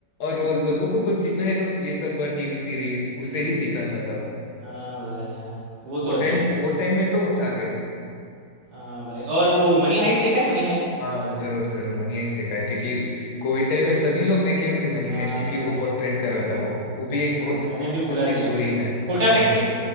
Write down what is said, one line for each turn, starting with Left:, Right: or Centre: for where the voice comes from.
Right: हम्म
Left: और वो लोगों को कुछ सीखना है तो ये सब टीवी सीरीज उससे ही सीखना था तब
Right: हाँ भाई हाँ वो
Left: वो
Right: तो
Left: टाइम
Right: है
Left: वो टाइम में तो वो छा गई
Right: हाँ भाई और वो मनी हाइस्ट देखा है मनी हाइस्ट
Left: हाँ जरूर जरूर मनी हाइस्ट देखा है क्योंकि कोविड टाइम में सभी लोग देखे होंगे मनी
Right: हाँ
Left: हाइस्ट क्योंकि
Right: भाई
Left: वो बहुत ट्रेंड कर रहा था वो वो भी एक
Right: हाँ
Left: बहुत
Right: मैंने भी पूरा
Left: अच्छी
Right: देखा
Left: स्टोरी
Right: है भाई
Left: है
Right: कोटा
Left: हाँ
Right: फैक्ट्री
Left: हाँ